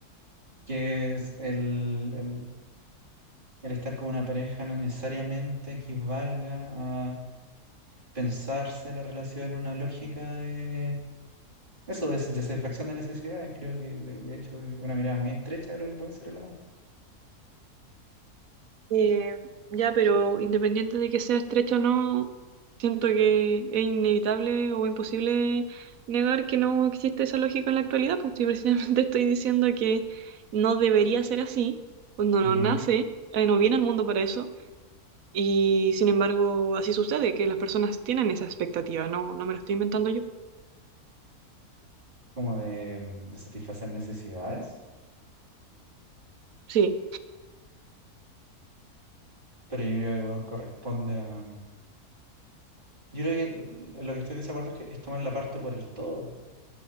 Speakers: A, on the right; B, on the right.
A: que es el, el- El estar con una pareja no necesariamente equivalga a pensarse la relación en una lógica de eso, de, de satisfacción de necesidades. Creo que de, de hecho es una mirada muy estrecha de lo que puede ser el amor.
B: Eh, ya, pero independiente de que sea estrecho o no, siento que es inevitable o imposible negar que no existe esa lógica en la actualidad, pues si precisamente <laughs> estoy diciendo que no debería ser así, cuando
A: Ujú.
B: no nace, eh, no viene al mundo para eso, y sin embargo así sucede, que las personas tienen esa expectativa, no, no me lo estoy inventando yo.
A: Como de, mm, de satisfacer necesidades.
B: Sí,
A: Pero yo creo que corresponde a... Yo creo que l- lo que estoy desacuerdo es que es tomar la parte por el todo.